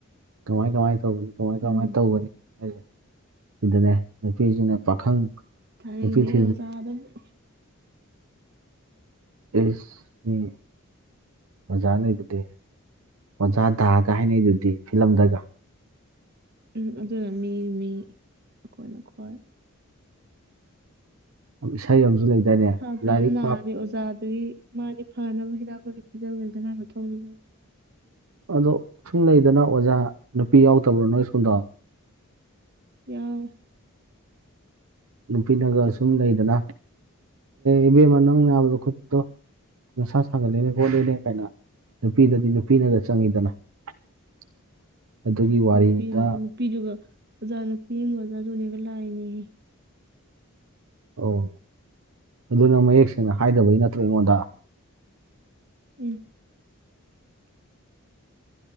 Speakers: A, on the right; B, on the right.
A: ꯀꯃꯥꯏ ꯀꯃꯥꯏ ꯇꯧꯕꯅꯤ ꯀꯃꯥꯏ ꯀꯃꯥꯏꯅ
B: ꯎꯝ
A: ꯇꯧꯒꯅꯤ ꯑꯩꯁꯦ ꯁꯤꯗꯅꯦ ꯅꯨꯄꯤꯁꯤꯡꯅ ꯄꯥꯈꯪ
B: ꯊꯥꯅꯤꯡꯗꯦꯍꯦ
A: ꯅꯨꯄꯤ ꯊꯤꯔꯦ
B: <unintelligible>
A: ꯏꯁ ꯃꯤ ꯑꯣꯖꯥ ꯂꯩꯕꯗꯤ ꯑꯣꯖꯥꯗꯥꯒ ꯍꯥꯏꯅꯩꯗꯨꯗꯤ ꯐꯤꯂꯝꯗꯒ
B: ꯎꯝ ꯑꯗꯨꯅ ꯃꯤ ꯃꯤ ꯑꯈꯣꯏꯅꯈꯣꯏ
A: ꯏꯁꯩ ꯑꯝꯁꯨ ꯂꯩꯗꯥꯏꯅꯦ
B: ꯁꯥꯇ꯭ꯔ
A: ꯂꯥꯏꯔꯤꯛ
B: ꯑꯃ ꯅꯥꯔꯦ
A: ꯄꯥꯕ
B: ꯑꯣꯖꯥꯗꯨꯒꯤ ꯃꯥꯗꯤ ꯐꯅꯕ ꯍꯤꯗꯥꯛꯒꯨꯂꯤ ꯄꯤꯖꯥꯕꯗꯨꯗꯤ ꯃꯒꯤ ꯃꯊꯧꯅꯤꯗꯅ
A: ꯑꯗꯣ ꯁꯨꯝ ꯂꯩꯗꯅ ꯑꯣꯖꯥ ꯅꯨꯄꯤ ꯌꯥꯎꯗꯕ꯭ꯔꯣ ꯅꯣꯏ ꯁ꯭ꯀꯨꯜꯗꯣ?
B: ꯌꯥꯎ
A: ꯅꯨꯄꯤꯅꯒ ꯁꯨꯝ ꯂꯩꯗꯅ ꯏꯕꯦꯝꯃ ꯅꯪ ꯅꯥꯕꯗꯣ ꯈꯨꯠꯇꯣ ꯅꯁꯥ ꯁꯥꯒꯠꯂꯦꯅꯦ ꯈꯣꯠꯂꯦꯅꯦ ꯀꯥꯏꯅ ꯅꯨꯄꯤꯗꯗꯤ ꯅꯨꯄꯤꯅꯒ ꯆꯪꯉꯤꯗꯅ <inaudible>
B: ꯑꯦ
A: ꯋꯥꯔꯤꯅꯤꯗ
B: ꯅꯨꯄꯤ ꯅꯨꯄꯤꯗꯨꯒ ꯑꯣꯖꯥ ꯅꯨꯄꯤ ꯑꯃꯥꯒ ꯑꯣꯖꯥ ꯗꯣꯜꯂꯤꯒ ꯂꯛ ꯑꯦꯅꯦ ꯌꯦ
A: ꯑꯣ ꯑꯗꯨꯅꯪ ꯃꯌꯦꯛ ꯁꯦꯡꯅ ꯍꯥꯏꯗꯕꯩ ꯅꯠꯇ꯭ꯔꯣ ꯑꯩꯉꯣꯟꯗ
B: ꯎꯝ